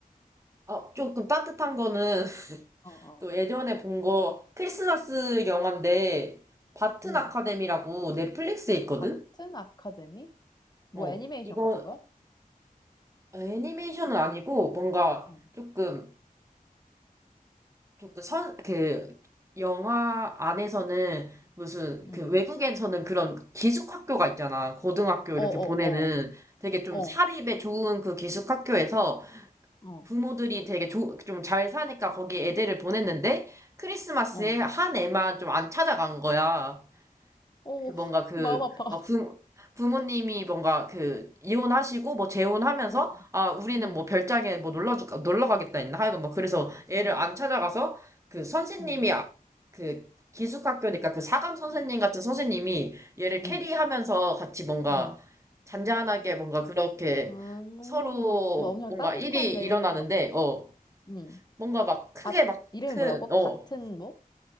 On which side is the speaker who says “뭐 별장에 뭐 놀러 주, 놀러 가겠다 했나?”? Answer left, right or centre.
Right